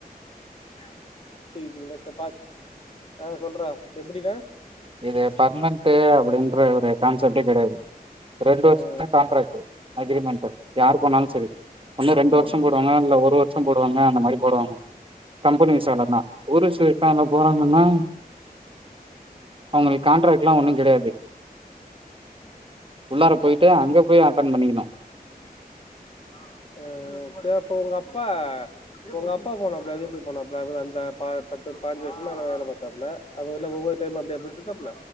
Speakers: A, on the left; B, on the right.
A: <inaudible> பீங்களா பார் ஆ சொல்ற எப்டிடா
B: இது பர்மணட்டு அப்படின்ற ஒரு கான்ஸ் சப்டே கிடையாது ரெண்டு வர்சதுக்கு
A: ஆ,
B: தா காண்ட்ராக்ட்டு அக்ரிமெண்ட் ப யார்
A: ஆ,
B: போனாலோ செரி ஒண்ணு ரெண்டு வருஷோ
A: ஓ-
B: போடுவாங்க இல்ல ஒ ஒரு வருஷோ போடுவாங்க அந்த மாரி போடுவாங்க கம்பெனி விசால்லனா டுரிஸ்ட்டு விசால போறாங்கன்னா அவங்களுக்கு கண்ட்ராக்ட் லா ஒண்ணு கிடையாது உள்ளார போயிட் அங்க போய் அட்டன் பண்ணிக்கணு
A: ஆ சரி ப்ப உங்க அப்பா உங்க அப்பா போனாப்ல அது எப்படி போனாப்ல அ அந்த ப பத்து பானஞ்சு வருஷமா ந வேலை பார்த்தாப்ல அ ஒவ் ஒவ்வொரு டைம் அப்படியா போயிட்டு இருந்தாப்ல